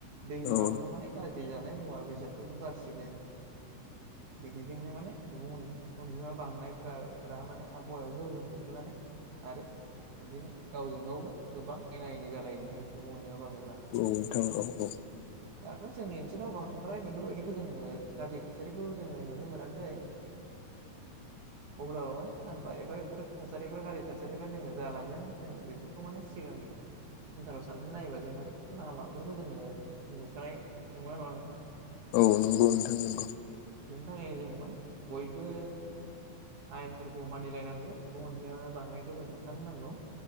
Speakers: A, on the right (about 55°); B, on the left (about 90°).
A: दैफोरावनो
B: औ
A: माने गाज्रि जानाय मुवा बेसादफोरखौ गारसिगोन बिदिजोंनो माने सुबुं अनजिमा बांनायफोरा माने आबहावायाव गोहोम खोख्लैनानै आरो बिदिनो गावजों गावबो गोबां एना एनि जालायो ओंखाय सुबुं अनजिमा बांदों।
B: औ नोंथां औ औ
A: थ' जोंनि ओनसोलाव बांद्राय बेफोरबायदिखौ जों ओ गाज्रि थासारिखौ जोङो नुनो मोनाखै अब्लाबो माने सानफा एफा एफोर थासारिफ्रा गारि थासारिफ्रा जोङो जालांगोन जों बेफोरखौ माने सिगां थाराव साननानै नायोबा जों माने लामाफोरखौ जोङो नुखानाय नंगौना नङा नोंथां?
B: औ नंगौ नोंथां नंगौ
A: बेनि थाखायनो जों माने बयबो आयेनफोरखौ मानिलायनांगौ सुबुं अनजिमाया बांनायखौ जों होबथानो नांगौ